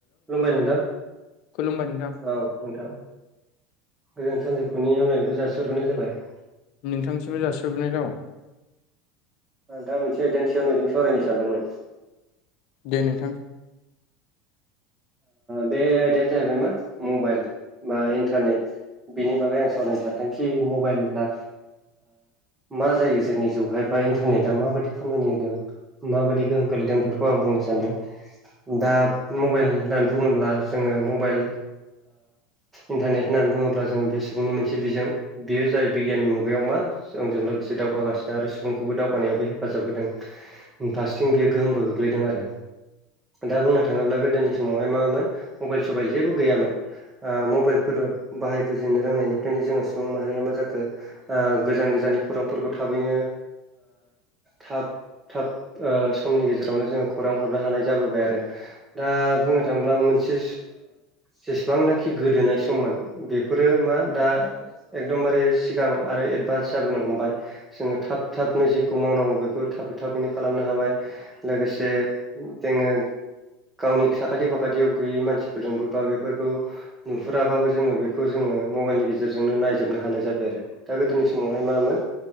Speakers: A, on the right (about 25°); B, on the left (about 60°).
A: खुलुमबाय नोंथां
B: खुलुमबाय नोंथां
A: औ नोंथां। गोजोन सानजौफुनि हामलायनायखौ जासिहरगोनाय जाबाय।
B: नोंथांनिसिमबो जासिहरग्रोनाय जाबाय।
A: दा मोनसे आइदानिसायाव नोंजों सावरायनो सानदोंमोन।
B: दे नोंथां।
A: बे आयदायानो जाहैबाय मा मबाइल बा इन्टारनेट। बेनि बागै आं सावरायनो सारदों कि मबाइल ला मा जायो जोंनि जिउहाय बा इन्टारनेटआ मा बादि खामानि होदों। माबायदि गोहोम खोलैदों बेफोरखौ आं बुंनो सान्दों दा मबाइल। होननानै बुङोब्ला जोङो मबाइल इन्टारनेट होननानै बुङोब्ला जोङो बे सुबुंनि मोनसे बिजों बेयो जायो बिगियाननि मुगायाव मा जोंजों लोगोसे दावगागासिनो आरो सुबुंखौबो दावगानायावबो हेफाजाब होदों। फारसेथिं बियो गोहोमबो गोग्लैदों आरो दा बुंनो थाङोब्ला गोदोनि हाय मामोन मबाइल सबाइल जेबो गैयामोन। मबाइलफोर बाहायबोजेननो रोंनायनिफ्रायनो जोङो सुबुं माहारिया मा जाखो? गोजान गोजाननि खौरांफोरखौ थाबैनो। थाब थाब समनि गेजेरावनो जोङो खौरां हरनो हानाय जाबोबाय आरो दा बुंनो थाङोब्ला मोनसे जेसेबांनाखि गोदोनाय सममोन बेफोरो मा दा एकदमबारे सिगां आरो एदभान्स जाबोनो हमबाय जोङो थाब थाबनो जेखौ मावनांगौ बेखौ थाबै थाबैनो खालामनो हाबाय लोगोसे जोङो गावनि साखाथि फाखाथियाव गैयै मानसिफोरजोंबो बा बेफोरखौ नुहुराबाबो जोङो बेखौ जोङो मबाइलनि गेजेरजों गेजेरजोंनो नायजोबनो हानाय जाबाय आरो दा गोदोनि समावहाय मामोन